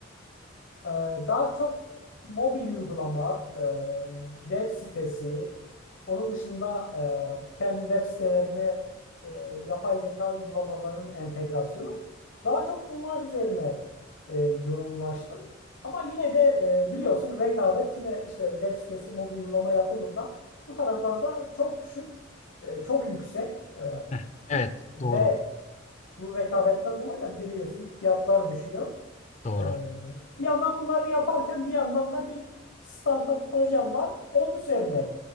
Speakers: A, on the left; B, on the left.
A: Ee, daha çok mobil uygulama, e, web sitesi, onun dışında e, kendi web sitelerine e, yapay zeka uygulamalarının entegrasyonu. Daha çok bunlar üzerine e, yoğunlaştım. Ama yine de e, biliyorsun rekabet yine işte web sitesi, mobil uygulama yapımında bu taraflarda çok düşük, e, çok yüksek. E,
B: Hı. Evet,
A: Ve
B: doğru,
A: bu rekabetten dolayı da biliyorsun fiyatlar düşüyor.
B: doğru.
A: Ee, bir yandan bunları yaparken bir yandan da bir startup projem var. Onun üzerine